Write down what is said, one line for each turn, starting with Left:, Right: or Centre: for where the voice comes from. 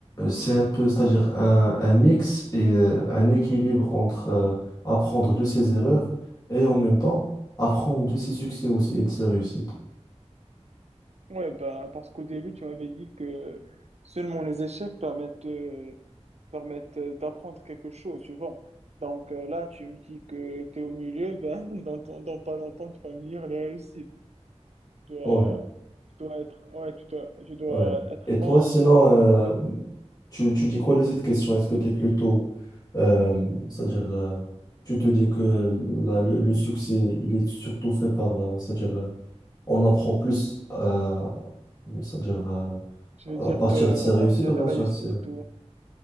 Left: c'est un peu, c'est-à-dire, un, un mix et euh, un équilibre entre euh, apprendre de ses erreurs et en même temps apprendre de ses succès aussi et de ses réussites.
Right: ouais, ben, parce qu'au début, tu m'avais dit que seulement les échecs permettent de permettent euh, d'apprendre quelque chose, tu vois. Donc euh, là, tu me dis que tu es au milieu, ben, <laughs> dans, ton- dans pas longtemps, tu vas me dire les réussites. Tu dois,
Left: Ouais,
Right: tu dois être, ouais, tu dois, tu dois
Left: ouais.
Right: être
Left: Et
Right: franc,
Left: toi, sinon,
Right: genre, euh,
Left: euh,
Right: tu-
Left: tu, tu dis quoi de cette question? Est-ce que tu es plutôt, euh, c'est-à-dire, euh, tu te dis que la- le, le succès, il est surtout fait par, euh, c'est-à-dire, euh, on apprend plus, euh, c'est-à-dire euh,
Right: je veux dire
Left: à partir
Right: que euh,
Left: de ses réussites
Right: à partir
Left: ou à
Right: des
Left: partir
Right: réussites,
Left: de ses...
Right: ou...